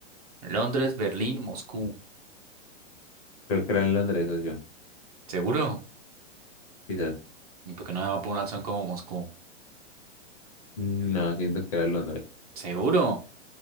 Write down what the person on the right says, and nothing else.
Londres, Berlín, Moscú.
¿Seguro?
¿Y por qué no se va por una opción como Moscú?
¿Seguro?